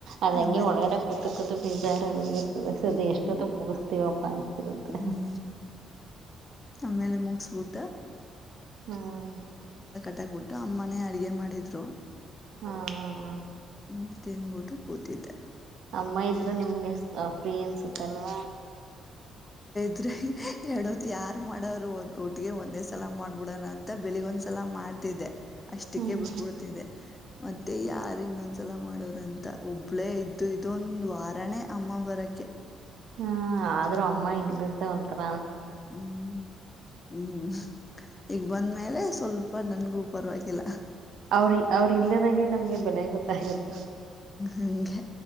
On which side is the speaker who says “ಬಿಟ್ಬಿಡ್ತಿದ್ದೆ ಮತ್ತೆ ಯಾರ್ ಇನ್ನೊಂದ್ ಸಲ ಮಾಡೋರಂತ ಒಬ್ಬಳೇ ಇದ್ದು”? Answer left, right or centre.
Left